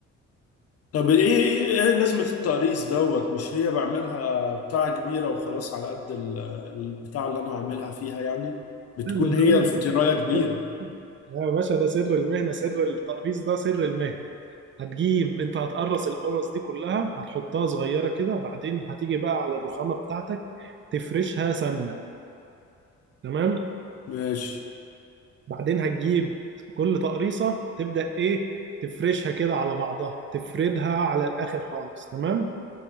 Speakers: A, on the left; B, on the right.
A: طب ايه ايه إيه لازمة التقريص دوت مش هي بعملها بتاعة كبيرة وخلاص على قد ال- البتاع اللي انا هعملها فيها يعني بتكون
B: لا، ما أنا
A: هي
B: هقول
A: الفطيراية
B: لك
A: كبيرة
B: السر. يا باشا ده سر المهنة سر التقريص ده سر المهنة هتجيب انت هتقرص القرص دي كلها هتحطها صغيرة كده بعدين هتيجي بقى على الرخامة بتاعتك تفرشها سمنة تمام
A: ماشي
B: بعدين هتجيب كل تقريصة تبدأ إيه تفرشها كده على بعضها تفردها على الآخر خالص تمام